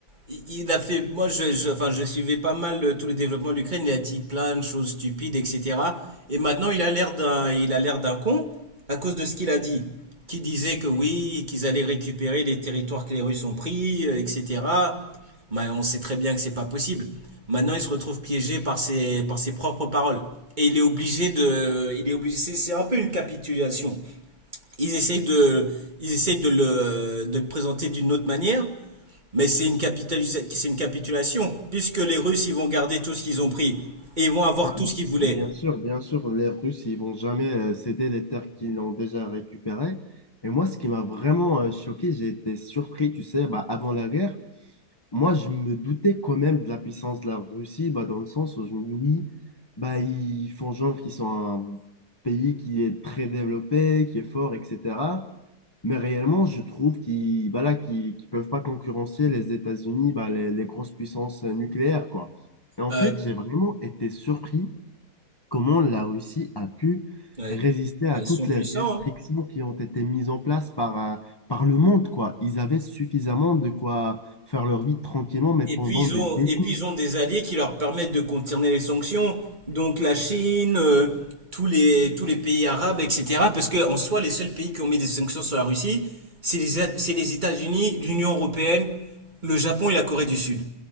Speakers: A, on the right; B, on the left.
A: Il il a fait, moi je, je- enfin, je suivais pas mal euh, tout le développement de l'Ukraine, il a dit plein de choses stupides, etc. Et maintenant il a l'air d'un, il a l'air d'un con à cause de ce qu'il a dit, qui disait que oui, qu'ils allaient récupérer les territoires que les Russes ont pris, euh, etc. Mais on sait très bien que c'est pas possible. Maintenant il se retrouve piégé par ses, par ses propres paroles. Et il est obligé de, il est obligé, c'est c'est un peu une capitulation. Ils essayent de, ils essayent de le, de le présenter d'une autre manière. Mais c'est une, c'est une capitulation, puisque les Russes, ils vont garder tout ce qu'ils ont pris, et ils vont avoir
B: Bah,
A: tout ce qu'ils voulaient.
B: bien sûr, bien sûr, les Russes, ils vont jamais euh, céder les terres qu'ils ont déjà récupérées. Et moi, ce qui m'a vraiment euh, choqué, j'ai été surpris, tu sais, bah, avant la guerre. moi, je me doutais quand même de la puissance de la Russie, bah, dans le sens où je me dis oui, bah, ils font genre qu'ils sont un pays qui est très développé, qui est fort, etc. Mais réellement, je trouve qu'ils bah, là, qu'ils, qu'ils peuvent pas concurrencer les États-Unis, bah, les, les grosses puissances nucléaires, quoi. Et en
A: Euh,
B: fait, j'ai vraiment été surpris comment la Russie a pu
A: ouais.
B: résister à
A: Ah, ils
B: toutes
A: sont
B: les
A: puissants,
B: restrictions
A: hein.
B: qui ont été mises en place par, euh, par le monde, quoi. Ils avaient suffisamment de quoi faire leur vie tranquillement, mais
A: Et
B: pendant
A: puis ils
B: des
A: ont,
B: décennies.
A: et puis ils ont des alliés qui leur permettent de contourner les sanctions, donc la Chine, euh, tous les, tous les pays arabes, etc. Parce que en soi, les seuls pays qui ont mis des sanctions sur la Russie, c'est les, A- c'est les États-Unis, l'Union européenne, le Japon et la Corée du Sud.